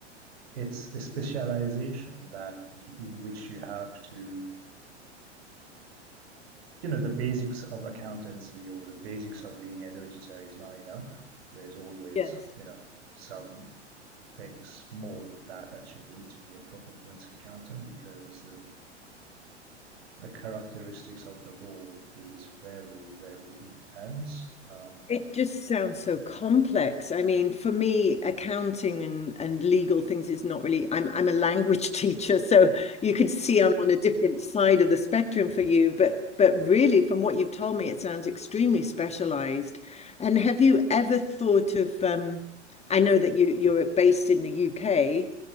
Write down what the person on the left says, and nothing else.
Yes.
It just sounds so complex. I mean, for me, accounting and, and legal things is not really, I'm I'm a language <laughs> teacher, so you could see I'm on a different side of the spectrum for you, but but really from what you've told me, it sounds extremely specialized. And have you ever thought of um, I know that you you're based in the UK